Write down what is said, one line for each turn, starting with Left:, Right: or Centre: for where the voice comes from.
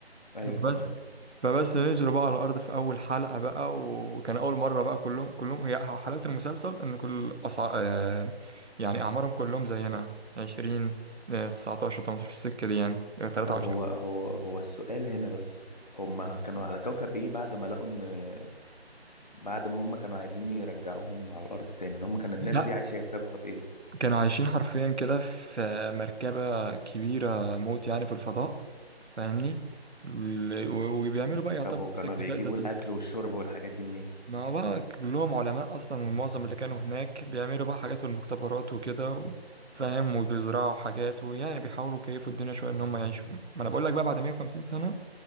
Left: ايوه
Right: بس
Left: تمام
Right: فبس نزلوا بقى على الارض في اول حلقه بقى وكان اول مره بقى كلهم كلهم هي حلاوه المسلسل ان كل أصع... آه يعني اعمارهم كلهم زينا 20 آه، 19 18 في السكه دي يعني آه، 23
Left: طب هو هو هو السؤال هنا بس هم كانوا على كوكب ايه بعد ما لقوا ان بعد ما هم كانوا عايزين يرجعوهم على الارض تاني ان هم كان الناس
Right: لا
Left: دي عايشة في كوكب ايه
Right: كانوا عايشين حرفيا كده في مركبة كبيرة موت يعني في الفضاء فاهمني ال- و- وبيعملوا بقى يعتبر
Left: طب وكانوا
Right: كده اكتفاء
Left: بيجيبوا
Right: ذاتي
Left: الاكل
Right: ليه.
Left: والشرب والحاجات دي منين
Right: ما هو بقى كلهم علماء أصلا ومعظم اللي كانوا هناك بيعملوا بقى حاجات في المختبرات وكده و- فاهم وبيزرعوا حاجات ويعني بيحاولوا يكيفوا الدنيا شوية إن هم يعيشوا ما أنا بقول لك بقى بعد 150 سنة